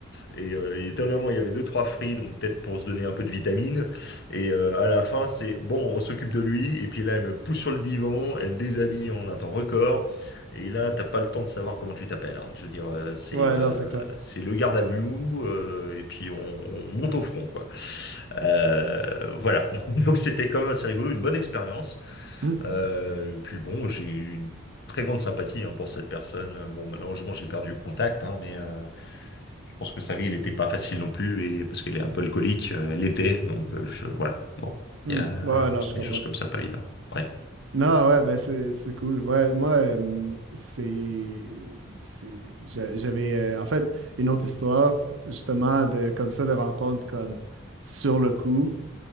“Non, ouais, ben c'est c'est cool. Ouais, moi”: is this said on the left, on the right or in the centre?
Right